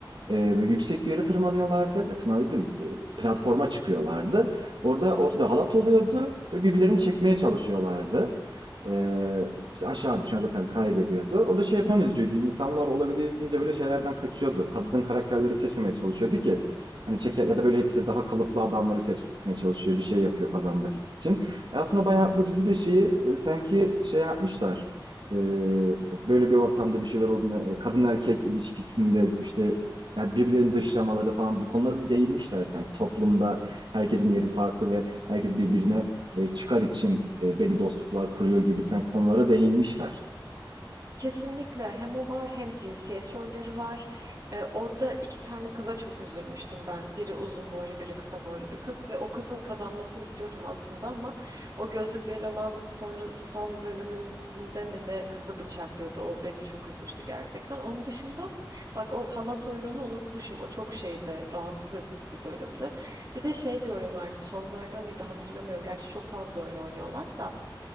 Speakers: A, on the right (about 70°); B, on the right (about 40°).
A: Ee, böyle yüksek bir yere tırmanıyorlardı. Ya tırmanıyor e, platforma çıkıyorlardı. Orada ortada halat oluyordu. Böyle birbirlerini çekmeye çalışıyorlardı. Ee, işte aşağı düşen zaten kaybediyordu. Orada şey falan üzücüydü. İnsanlar olabildiğince böyle şeylerden kaçıyordu. Kadın karakterleri seçmemeye çalışıyordu ki Hani çeke ya da böyle hepsi daha kalıplı adamları seçmeye çalışıyor. Bir şey yapıyor kazanmak için. E aslında bayağı bu dizide şeyi e, sanki şey yapmışlar. E, böyle bir ortamda bir şeyler olduğunda e, kadın erkek ilişkisinde işte yani birbirlerinin dışlamaları falan bu konuları değinmişler sanki. Toplumda herkesin yeri farklı ve herkes birbirine e, çıkar için e, belli dostluklar kuruyor gibi sanki konulara değinmişler.
B: Kesinlikle hem o var hem cinsiyet rolleri var. Ee, orada iki tane kıza çok üzülmüştüm ben. Biri uzun boylu, biri kısa boylu bir kız ve o kızın kazanmasını istiyordum aslında ama o gözlüklü eleman sonra son bölümünde mi ne kızı bıçaklıyordu. O beni çok üzmüştü gerçekten. Onun dışında bak o halat oyununu unutmuşum. O çok şeydi, rahatsız edici bir bölümdü. Bir de şey bir oyun vardı. Sonlarda mıydı hatırlamıyorum. Gerçi çok fazla oyun oynuyorlar da.